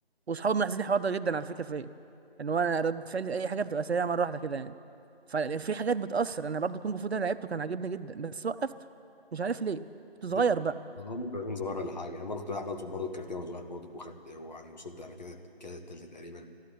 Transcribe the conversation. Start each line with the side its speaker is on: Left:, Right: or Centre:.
Right: واصحابي ملاحظين الحوار ده جدا على فكره فيا ان هو انا ردة فعلي اي حاجه بتبقى سريعه مره واحده كده يعني ففي حاجات بتاثر انا برضو كونج فو ده لعبته كان عاجبني جدا بس وقفته مش عارف ليه كنت صغير
Left: بص
Right: بقى
Left: اه ممكن كان صغير ولا حاجه انا برضه كنت بلعب برضه برضه كاراتيه وانا صغير برضه وخدت ويعني وصلت يعني كده كده التالتة تقريبا